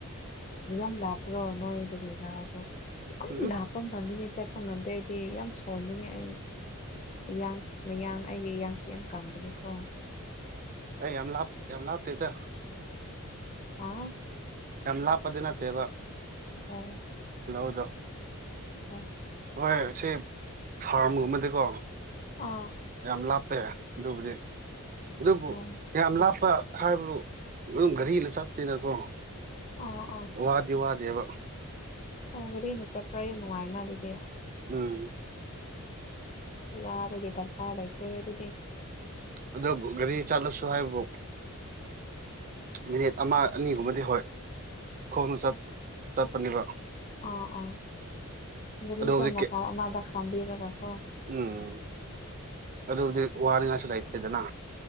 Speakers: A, on the left; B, on the right.
A: ꯌꯥꯝ ꯂꯥꯞꯄ꯭ꯔꯣ ꯅꯣꯏ ꯑꯗꯨꯗꯒꯤ ꯂꯥꯎꯗꯣ ꯑꯗꯨꯝ
B: ꯎꯝ
A: ꯂꯥꯞ ꯃꯐꯝꯐꯝꯗꯅꯤ ꯆꯠꯄ ꯉꯝꯗꯦ ꯑꯩꯗꯤ ꯌꯥꯝ ꯁꯣꯟꯕꯅꯦ ꯑꯩ ꯏꯌꯥꯡ ꯃꯌꯥꯡ ꯑꯩꯒꯤ ꯏꯌꯥꯡꯁꯦ ꯌꯥꯝ ꯀꯪꯕꯅꯤꯀꯣ
B: ꯑꯦ ꯌꯥꯝ ꯂꯥꯞ ꯌꯥꯝ ꯂꯥꯞꯇꯦꯗ
A: ꯍꯥꯥ
B: ꯌꯥꯝ ꯂꯥꯞꯄꯗꯤ ꯅꯠꯇꯦꯕ
A: ꯑꯣ
B: ꯥꯂꯧꯗꯣ
A: ꯑꯣ
B: ꯍꯣꯏ ꯑꯁꯤ ꯐꯥꯔꯝꯒꯨꯝꯕꯗꯤꯀꯣ
A: ꯑꯥ
B: ꯌꯥꯝ ꯂꯥꯞꯄꯦ ꯑꯗꯨꯕꯨꯗꯤ ꯑꯗꯨꯕꯨ
A: ꯑꯣ
B: ꯌꯥꯝ ꯂꯥꯞꯄ ꯍꯥꯏꯕꯕꯨ ꯑꯗꯨꯝ ꯒꯥꯔꯤꯅ ꯆꯠꯇꯦꯗꯀꯣ
A: ꯑꯥ ꯑꯥ
B: ꯋꯥꯗꯤ ꯋꯥꯗꯦꯕ
A: ꯑꯣ ꯒꯥꯔꯤꯅ ꯆꯠꯄ꯭ꯔꯥ ꯌꯥꯝ ꯅꯨꯡꯉꯥꯏꯅ ꯑꯗꯨꯗꯤ
B: ꯎꯝ
A: ꯋꯥꯕꯒꯤ ꯗꯔꯀꯥꯔ ꯂꯩꯇ꯭ꯔꯦ ꯑꯗꯨꯗꯤ
B: ꯑꯗꯣꯕꯨ ꯒꯥꯔꯤ ꯆꯠꯂꯁꯨ ꯍꯥꯏꯕꯕꯨ ꯃꯤꯅꯤꯠ ꯑꯃ ꯑꯅꯤꯒꯨꯝꯕꯗꯤ ꯍꯣꯏ ꯈꯣꯡꯅ ꯆꯠ ꯆꯠꯄꯅꯦꯕ
A: ꯑꯥ ꯑꯥ ꯒꯥꯔꯤꯗꯣ
B: ꯑꯗꯨꯕꯨꯗꯤ ꯀꯦ
A: ꯃꯇꯥꯏ ꯑꯃꯗ ꯈꯥꯝꯕꯤꯔꯒ ꯀꯣ
B: ꯎꯝ ꯑꯗꯨꯕꯨꯗꯤ ꯋꯥꯅꯤꯡꯉꯥꯏꯁꯨ ꯂꯩꯇꯦꯗꯅ